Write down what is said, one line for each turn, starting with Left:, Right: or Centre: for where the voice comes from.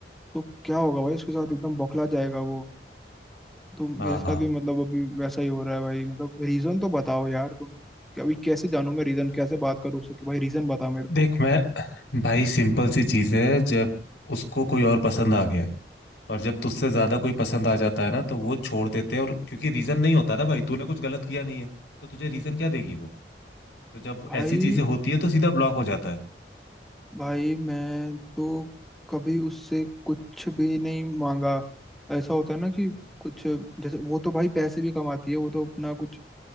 Centre: तो क्या होगा भाई उसके साथ एकदम बौखला जाएगा वो तो मेरे
Left: हाँ
Centre: साथ
Left: हाँ
Centre: भी मतलब अभी वैसा ही हो रहा है भाई मतलब रीजन तो बताओ यार तुम कि अभी कैसे जानूं मैं रीजन कैसे बात करूं उससे कि भाई रीजन बता मेरे
Left: देख
Centre: को
Left: मैं भाई सिंपल सी चीज है जब उसको कोई और पसंद आ गया है और जब तुझसे ज्यादा कोई पसंद आ जाता है ना तो वो छोड़ देते हैं और क्योंकि रीजन नहीं होता ना भाई तूने कुछ गलत किया नहीं है तो तुझे रीजन क्या देगी वो तो जब
Centre: भाई
Left: ऐसी चीजें होती है तो सीधा ब्लॉक हो जाता है
Centre: भाई मैं तो कभी उससे कुछ भी नहीं मांगा ऐसा होता है ना कि कुछ जैसे वो तो भाई पैसे भी कमाती है वो तो अपना कुछ